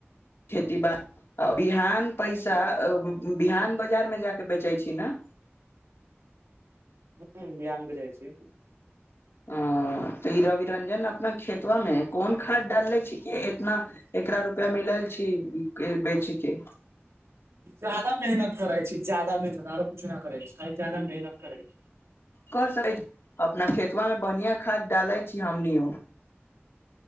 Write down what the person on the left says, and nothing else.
खेती बी बिहान पैसा बिहान
बाजारमे जाकऽ बेचै छी ने?
ह, तऽ ई रवि रंजन अपना खेतबामे कोन खाद डालले छिक इतना। एकरा रुपआ मिल छी बेचके
कर सकै छी, अपना खेतबामे बढ़िया खाद डाले छी हमनि।